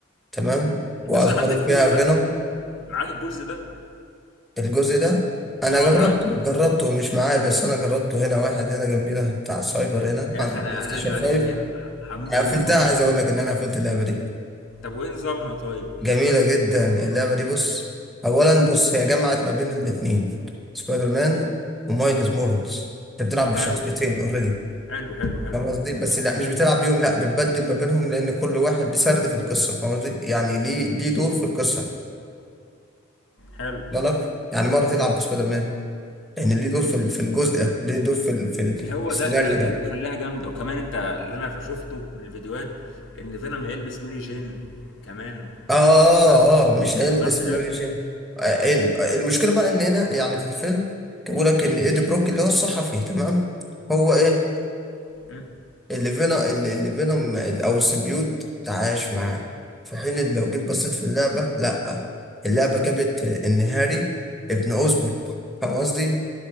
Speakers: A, in the centre; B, on the left.
A: تمام واظهروا
B: انت صحيح عندك
A: فيها
B: الجزء ده
A: فينوم
B: معاك الجزء ده
A: الجزء ده انا
B: اه
A: جربته
B: معاك
A: جربته مش معايا بس انا جربته هنا واحد هنا جنبينا بتاع السايبر هنا
B: يا
A: عند
B: اخي
A: البلاي
B: انا
A: ستيشن
B: انا قلب عليه
A: 5
B: الدنيا ه- هموت
A: انا
B: واجيب
A: قفلتها
B: الجزء
A: عايز
B: ده
A: اقول لك ان انا قفلت اللعبه دي
B: طب وايه نظامها طيب
A: جميله جدا اللعبه دي بص اولا بص هي جمعت ما بين الاثنين سبايدر مان ومايلز مورنز انت بتلعب بالشخصيتين
B: حلو
A: اوريدي
B: حلو حلو حلو
A: فاهم قصدي بس لا مش بتلعب بيهم لا بتبدل ما بينهم لان كل واحد ليه سرد في القصه فاهم قصدي يعني ليه ليه دور في القصه
B: حلو
A: بالك يعني مره تلعب بسبايدر مان لان ليه دور في ال- في الجزء ده ليه دور في ال- في ال- في
B: هو
A: السيناريو
B: ده ده ده
A: ده
B: اللي مخليها جامده وكمان انت اللي انا شفته من الفيديوهات ان فينوم هيلبس ميري جين كمان
A: اه اه
B: ف-
A: آه، مش هيلبس
B: صح كده؟
A: ماري جين آه، آه، المشكله بقى ان هنا يعني في الفيلم كان بيقول لك ان ايدي بروك اللي هو الصحفي تمام هو ايه
B: مم.
A: اللي فينا اللي اللي فينوم او السيمبيوت تعايش معاه في حين إن لو جيت بصيت في اللعبه لا اللعبه جابت ان هاري ابن اوزبورغ فاهم قصدي